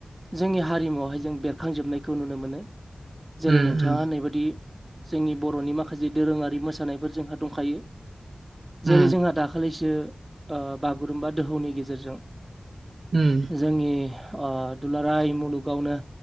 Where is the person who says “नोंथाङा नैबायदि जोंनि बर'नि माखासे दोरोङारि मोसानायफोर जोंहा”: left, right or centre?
Right